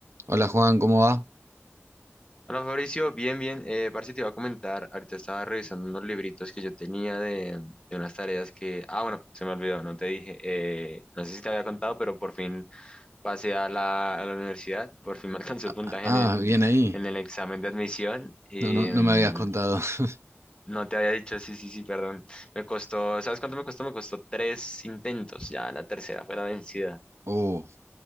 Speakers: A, on the right; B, on the left.
A: Hola Juan, ¿cómo va?
B: Hola Fabricio, bien, bien. Eh, parce, te iba a comentar, ahorita estaba revisando unos libritos que yo tenía de, de unas tareas que... Ah, bueno, se me olvidó, no te dije. Eh, no sé si te había contado, pero por fin pasé a la, a la universidad, por fin me <laughs> alcanzó
A: Ah,
B: el puntaje
A: ah,
B: en el,
A: ah, bien ahí.
B: en el examen de admisión. y,
A: No, no, no
B: mm,
A: me habías contado. <laughs>
B: no te había dicho, sí, sí, sí, perdón. Me costó, ¿sabes cuánto me costó? Me costó tres intentos, ya la tercera fue la vencida.
A: Oh,